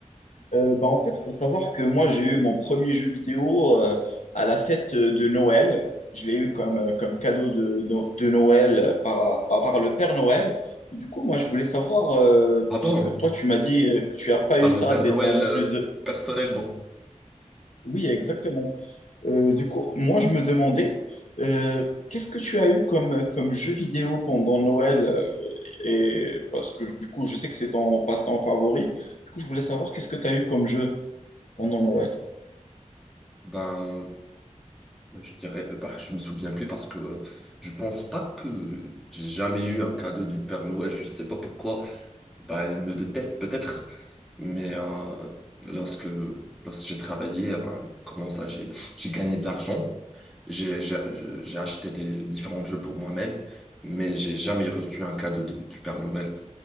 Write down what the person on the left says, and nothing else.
Euh, bah, en fait, il faut savoir que moi, j'ai eu mon premier jeu vidéo euh, à la fête euh, de Noël. Je l'ai eu comme, euh, comme cadeau de, de, de Noël euh, par, par, par le Père Noël. Et du coup, moi, je voulais savoir, euh,
puisque
toi, tu m'as dit euh, que tu n'as pas
eu ça
des
temps
plus...
Oui, exactement. Euh, du coup, moi, je me demandais, euh, qu'est-ce que tu as eu comme, comme jeu vidéo pendant Noël? euh, et parce que du coup, je sais que c'est ton passe-temps favori. Du coup, je voulais savoir qu'est-ce que tu as eu comme jeu pendant Noël.